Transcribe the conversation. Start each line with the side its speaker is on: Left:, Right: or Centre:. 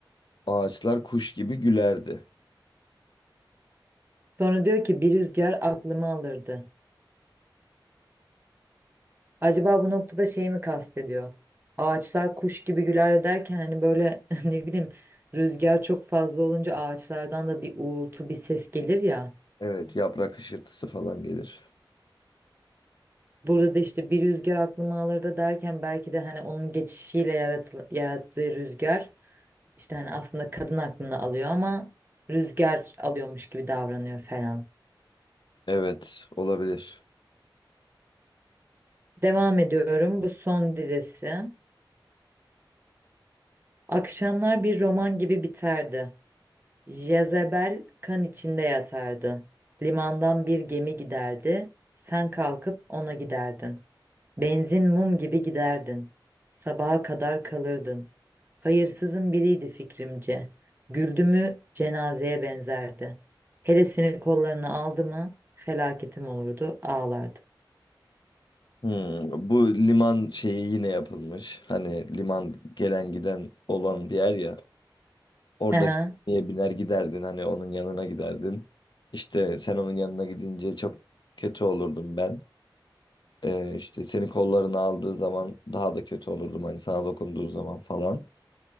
Left: ağaçlar kuş gibi gülerdi.
Right: Sonra diyor ki bir rüzgar aklımı alırdı. Acaba bu noktada şey mi kastediyor? Ağaçlar kuş gibi güler derken hani böyle <laughs> ne bileyim rüzgar çok fazla olunca ağaçlardan da bir uğultu bir ses gelir ya.
Left: Evet, yaprak hışırtısı falan gelir.
Right: Burada da işte bir rüzgar aklıma alır da derken belki de hani onun geçişiyle yaratıl- yarattığı rüzgar işte hani aslında kadın aklını alıyor ama rüzgar alıyormuş gibi davranıyor falan.
Left: Evet, olabilir.
Right: Devam ediyorum. Bu son dizesi. Akşamlar bir roman gibi biterdi. Jezebel kan içinde yatardı. Limandan bir gemi giderdi. Sen kalkıp ona giderdin. Benzin mum gibi giderdin. Sabaha kadar kalırdın. Hayırsızın biriydi fikrimce. Güldü mü cenazeye benzerdi. Hele seni kollarına aldı mı felaketim olurdu ağlardım.
Left: Hmm, bu liman şeyi yine yapılmış. Hani liman gelen giden olan bir yer ya. Orada
Right: Hı hı.
Left: niye biner giderdin hani onun yanına giderdin. İşte sen onun yanına gidince çok kötü olurdum ben. Ee, işte seni kollarına aldığı zaman daha da kötü olurdum hani sana dokunduğu zaman falan.